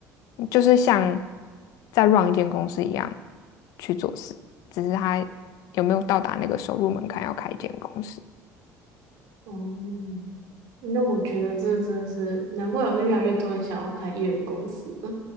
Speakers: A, on the left; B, on the right.
A: 就是像在 run 一间公司一样去做事，只是他有没有到达那个收入门槛要开一间公司。
B: 哦、那我觉得这真的是难怪，有越来越多人想要开艺人公司了，